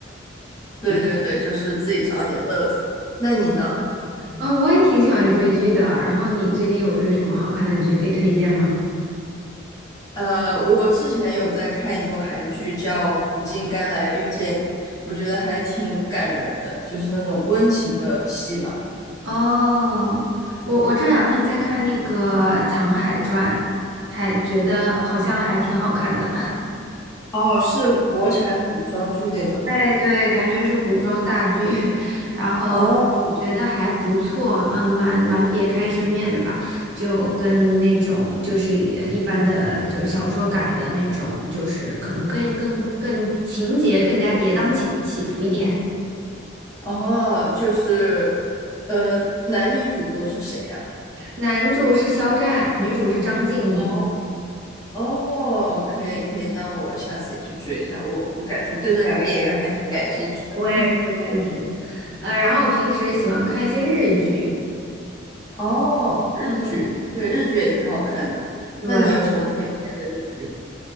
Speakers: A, on the left; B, on the right.
A: 对对对，就是自己找点乐子。那你呢？
B: 嗯，我也挺喜欢追剧的。然后你最近有追什么好看的剧可以推荐吗？
A: 呃，我之前有在看一部韩剧叫《苦尽甘来遇见你》，我觉得还挺感人的，就是那种温情的戏嘛。
B: 哦，我我这两天在看那个《藏海传》，还觉得好像还挺好看的。
A: 哦，是国产古装剧那种吗？
B: 哎，对，感觉是古装大剧，<laughs> 然后觉得还不错，
A: 哦，
B: 嗯，蛮蛮别开生面的吧，就跟那种就是也一般的，就是小说改的那种，就是可能更更更情节更加跌宕起起伏一点。
A: 哦，就是，呃，男女主都是谁呀？
B: <laughs> 男主是肖战，女主是张婧仪。
A: 哦，哦，可以可以，那我下次也去追一下。我我感我对这两个演员还挺感兴趣的。
B: 我也是，我也是。呃，然后平时喜欢看一些日剧，
A: 哦，日剧，
B: 嗯，
A: 对，日剧也挺好看的。
B: 对。
A: 那你有什么推荐的日剧吗？